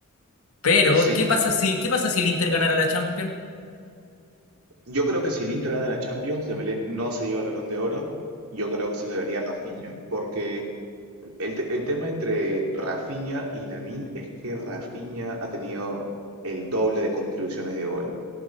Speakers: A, on the left; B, on the right.
A: Pero,
B: Sí,
A: ¿qué pasa si, qué pasa si el Inter ganara la Champions?
B: Yo creo que si el Inter gana la Champions, Dembélé no se lleva el Balón de Oro. Yo creo que se lo debería a Rafinha, porque el, te- el tema entre Rafinha y Lamine es que Rafinha ha tenido el doble de contribuciones de gol.